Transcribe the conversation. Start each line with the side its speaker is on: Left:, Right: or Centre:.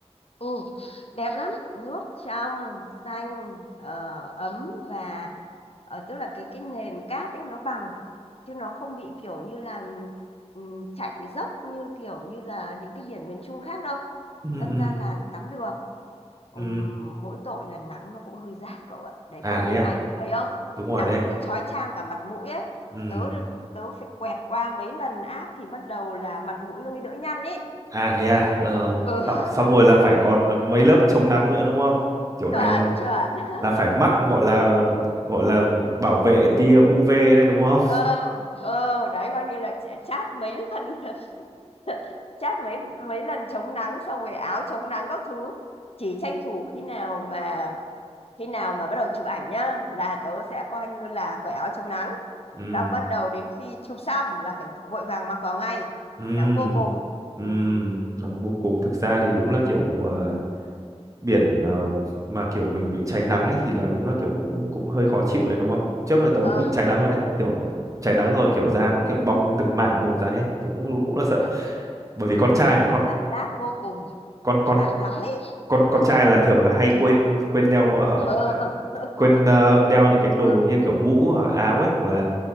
Left: ừ. Đẹp lắm, nước trong, xanh, ờ, ấm và ờ, tức là cái cái nền cát ấy nó bằng chứ nó không bị kiểu như là ừm, chạy dốc như kiểu như là những cái biển miền Trung khác đâu.
Right: ừ
Left: Đâm
Right: ừ
Left: ra là tắm được. Ừm,
Right: ừ
Left: mỗi tội là nắng nó cũng hơi rát cậu ạ đấy
Right: à
Left: cậu nhìn
Right: thế à
Left: ảnh thấy không
Right: đúng rồi
Left: nắng
Right: đấy
Left: nó cứ chói chang cả mặt mũi ấy
Right: ừ
Left: tớ tớ phải quẹt qua mấy lần áp thì bắt đầu là mặt mũi nó mới đỡ nhăn ý
Right: à thế à ờ
Left: ừ
Right: xong, xong rồi là phải còn mấy lớp chống nắng nữa đúng không kiểu này
Left: chuẩn
Right: là
Left: chuẩn
Right: là
Left: <laughs>
Right: phải mắc gọi là gọi là bảo vệ tia UV đấy đúng không
Left: ờ ờ đấy coi như là ch- chát mấy lần <laughs> chát mấy mấy lần chống nắng xong rồi áo chống nắng các thứ chỉ tranh thủ khi nào mà khi nào mà bắt đầu chụp ảnh nhá là tớ sẽ coi như là cởi áo chống nắng
Right: ừ
Left: xong bắt đầu đến khi chụp xong là phải vội vàng mặc vào ngay
Right: ừ
Left: nắng vô cùng
Right: ừ
Left: ừ.
Right: nắng vô cùng thực ra thì đúng là kiểu ờ, biển ờ, mà kiểu mình bị cháy nắng ấy thì là đúng là kiểu cũng cũng hơi khó chịu đấy đúng không trước giờ tớ
Left: ờ
Right: cũng bị cháy nắng rồi đấy kiểu cháy nắng rồi kiểu da nó kiểu bong từng mảng một ra ấy tớ cũng cũng là sợ
Left: mà
Right: bởi vì con trai
Left: mà
Right: mà con
Left: rát vô cùng
Right: con con
Left: rát lắm ấy
Right: con
Left: ừ.
Right: con trai là thường là hay quên quên đeo ờ,
Left: ừ ừ <laughs>
Right: quên ờ, đeo những cái đồ
Left: ừ,
Right: như kiểu mũ hoặc là áo ấy hoặc là